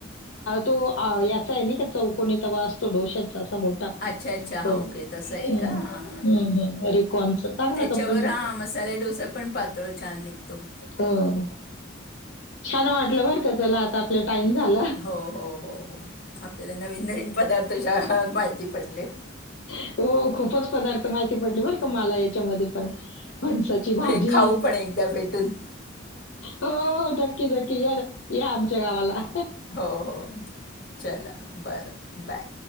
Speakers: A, on the left (about 80°); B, on the left (about 50°).
A: तो याचा आहे नाही का चौकणी तवा असतो डोश्याचा अस मो. हम्म
B: अच्छा अच्छा हां ओके तसं आहे का
A: हम्म
B: हां हां हां
A: हम्म अरेिकॉन च चांगला
B: त्याच्यावर
A: कंपनी
B: हां मसाले डोसा पण पातळ छान निघतो. न्ह...
A: हो छान वाटलं बर का चला आता आपलं टाईम झाला.
B: हो हो हो हो आपल्याला नवीन नवीन पदार्थशा. हा माहिती पडले.
A: हो खूपच पदार्थ माहिती पडले बर. मला याच्यामध्ये पण फणसाची भाजी.
B: भे खाऊ पण एकदा भेटून
A: हो हो नक्की नक्की या या आमच्या गावाला.
B: हो हो चला बरं बाय.